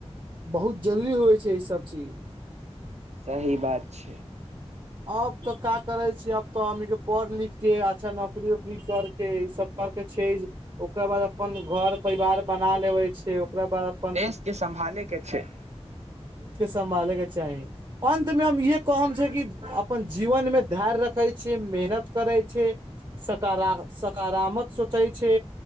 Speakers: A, on the right; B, on the right.
A: बहुत जरूरी होइ छै ईसभ चीज
B: सही बात छै
A: अब तऽ का करे छी अब तऽ अी के पढ़ लिख के अच्छा नौकरी वकरी करके ई सब कर के छै ओकर बाद अपन घर परिवार ब बना लेवे छैय ओकरा बाद
B: देश के सम्भाले के छै
A: सम्भालेके चाही अन्तमे हम य कहम छै कि अपन जीवन मे धैर्य रखे छै मेहनत करै छै सकार सकारात्मक सोचै छै